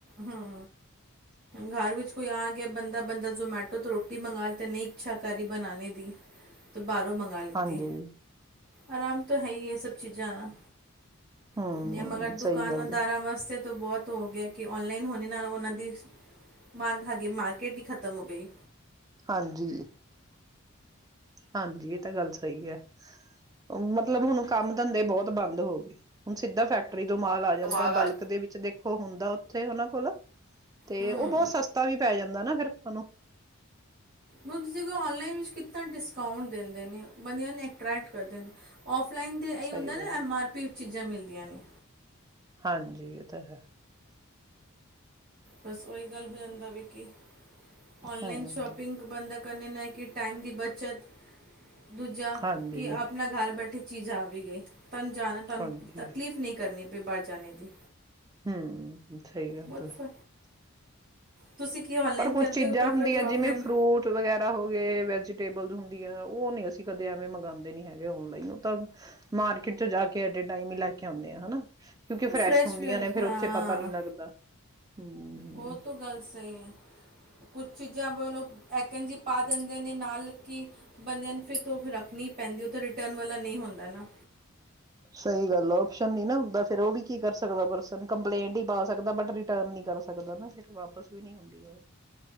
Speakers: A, on the right (about 40°); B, on the right (about 15°).
A: ਹੂੰ, ਘਰ ਵਿੱਚ ਕੋਈ ਆ ਗਿਆ ਬੰਦਾ, ਬੰਦਾ ਜਮੈਟੋ ਤੋਂ ਰੋਟੀ ਮੰਗਾ ਤੇ ਨਹੀਂ ਇੱਛਾ ਕਰ ਰੀ ਬਣਾਣੇ ਦੀ ਬਾਹਰੋਂ ਮੰਗਵਾ ਲਿੱਤੀ
B: ਹਾਂਜੀ
A: ਆਰਾਮ ਤਾਂ ਹੈ ਹੀ ਇਹ ਸਭ ਚੀਜ਼ਾਂ ਦਾ
B: ਹਮ
A: ਕੁ ਮਗਰ
B: ਸਹੀ
A: ਦੁਕਾਨਾਂਦਾਰਾਂ
B: ਗੱਲ ਹੈ
A: ਵਾਸਤੇ ਬਹੁਤ ਹੋ ਗਿਆ ਕਿ ਔਨਲਾਈਨ ਹੋਣੇ ਨਾਲ ਉਹਨਾਂ ਦੀ ਮਾਰ ਖਾ ਗਈ ਮਾਰਕੀਟ ਖਤਮ ਹੋ ਗਈ।
B: ਹਾਂਜੀ ਹਾਂਜੀ ਇਹ ਤਾਂ ਗੱਲ ਸਹੀ ਹੈ ਉਹ ਮਤਲਬ ਮਤਲਬ ਹੁਣ ਕੰਮ ਧੰਦੇ ਬਹੁਤ ਬੰਦ ਹੋ ਗਏ। ਹੁਣ ਸਿੱਧਾ ਫੈਕਟ ਰੀ ਤੋਂ ਮਾਲ ਆ ਜਾਂਦਾ
A: ਮਾਲ ਆ
B: ਬਲਕ ਦੇ ਵਿੱਚ ਦੇਖ ਉਹ ਹੁੰਦਾ ਉੱਥੇ ਉਹਨਾਂ ਕੋਲ ਤੇ
A: ਹੂੰ
B: ਉਹ ਬਹੁਤ ਸਸਤਾ ਵੀ ਪੈ ਜਾਂਦਾ ਹੁੰਦਾ ਨਾ ਫਿਰ ਆਪਾ ਨੂੰ
A: ਹੁਣ ਤੁਸੀਂ ਔਨਲਾਈਨ ਵਿੱਚ ਕਿੱਦਾਂ ਡਿਸਕਾਊਂਟ ਦਿੰਦੇ ਨੇ ਬੰਦਿਆਂ ਨੂੰ ਅਟਰ੍ਰੈਕਟ ਕਰਦੇ ਨੇ ਔਫ ਔਫਲਾਈਨ ਏਹ ਹੀ
B: ਸਹੀ
A: ਹੁੰਦਾ
B: ਗੱਲ
A: ਐਮ
B: ਹੈ।
A: ਆਰ ਪੀ ਚੀਜ਼ਾਂ ਮਿਲਦੀਆਂ। ਵਧਿਆਾ ਨੀ
B: ਹਾਂਜੀ ਇਹ ਤਾਂ ਹੈ
A: ਬਸ ਓਹੀ ਗੱਲ ਹੋ ਜਾਂਦਾ ਵੀ ਕੀ ਔਨਲਾਈਨ
B: ਹਮ
A: ਸ਼ੌਪਿੰਗ ਬੰਦਾ ਕ ਕ ਨਾ ਕਿ ਟਾਈਮ ਦੀ ਬੱਚਤ ਦੂਜਾ
B: ਹਾਂਜੀ
A: ਕਿ ਆਪਣਾ ਘਰ ਬੈਠੇ ਚੀਜ਼ ਆ ਵੀ ਗਈ। ਤੁਹਾਨੂੰ ਜਾਣਾ ਤੁਹਾਨੂੰ
B: ਹਾਂਜੀ
A: ਤਕਲੀਫ਼ ਨਹੀਂ ਕਰਨੀ ਪ ਬੇ ਬਚ ਜਾਣੇ ਦੀ
B: ਹੂੰ ਸਹੀ ਗੱਲ
A: ਬਹੁਤ
B: ਤੁ
A: ਫ ਤੁਸੀਂ ਕੀ ਔਨਲਾਈਨ
B: ਪਰ ਕੁਛ
A: ਕਰਦੇ
B: ਚੀਜ਼ਾਂ
A: ਹੋ ਪ੍ਰੈਫਰ
B: ਹੁੰਦੀਆਂ
A: ਕਿ ਔਫਲਾਈਨ
B: ਜਿਵੇਂ ਫਰੂਟ ਵਗੈਰਾ ਹੋ ਗਏ ਵੈਜ ਵੈਜੀਟੇਬਲ ਹੁੰਦੀ ਆਂ ਉਹ ਨ ਅਸੀਂ ਕਦੇ ਐਵੇਂ ਮੰਗਉਂਦੇ ਨੀ ਹੈਗੇ ਔਨਲਾਈਨ ਤਾਂ ਮਾਰਕੀਟ 'ਚ ਜਾ ਕੇ ਐਟ ਏ ਟਾਈਮ ਹੀ ਲੈ ਕੇ ਆਉਂਦੇ ਆ ਹਨਾ। ਕਿਉਂਕਿ
A: ਉਹ
B: ਫਰੈਸ਼ ਹੁੰਦੀਆਂ
A: ਵੀ ਹੁੰਦੇ,
B: ਨੇ ਫੇਰ
A: ਹਾਂ
B: ਉੱਥੇ ਪਤਾ ਨਹੀਂ ਲੱਗਦਾ ਹੂੰ
A: ਉਹ ਤਾਂ ਗੱਲ ਸਹੀ ਹੈ ਕੁਛ ਚੀਜ਼ਾਂ ਉਹਨੂੰ ਐ ਕਹਿੰਦੀ। ਪਾ ਦਿੰਦੇ ਨੇ ਨਾਲ ਕਿ ਬੰਦਿਆਂ ਨੂੰ ਫਿਰ ਤੂੰ ਰੱਖਣੀ ਪੈਂਦੀ ਉਹ ਤਾਂ ਰਿਟਰਨ ਵਾਲਾ ਨਹੀਂ ਹੁੰਦਾ ਨਾ।
B: ਸਹੀ ਗੱਲ ਆਪਸ਼ਨ ਨਹੀ ਹੁੰਦਾ ਉਹ ਵੀ ਕਰ ਸਕਦਾ ਪਰਸਨ ਕੰਪਲੇਂਟ ਪਾ ਸਕਦਾ ਪਰ ਰਿਟਰਨ ਨੀ ਕਰ ਸਕਦਾ ਨਾ ਵਾਪਸ ਵੀ ਨ ਹੁੰਦੀ ਉਹ